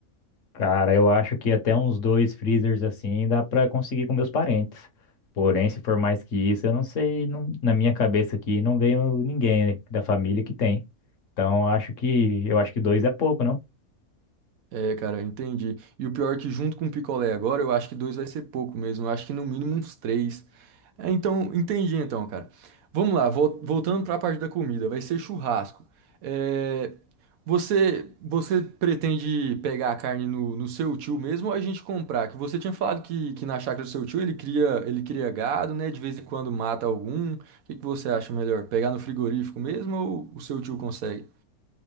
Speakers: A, on the left; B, on the right.
A: Cara, eu acho que até uns dois freezers assim dá pra conseguir com meus parentes. Porém, se for mais que isso, eu não sei. não- na minha cabeça aqui não veio ninguém da família que tem. Então, eu acho que eu acho que dois é pouco, não?
B: É, cara, entendi. E o pior é que junto com o picolé agora, eu acho que dois vai ser pouco mesmo. Eu acho que no mínimo uns três. É, então, entendi então, cara. Vamos lá, vol- voltando para a parte da comida, vai ser churrasco. É, você, você pretende pegar a carne no, no seu tio mesmo ou a gente comprar? Que você tinha falado que, que na chácara do seu tio ele cria, ele cria gado, né? De vez em quando mata algum. O que que você acha melhor? Pegar no frigorífico mesmo ou o seu tio consegue?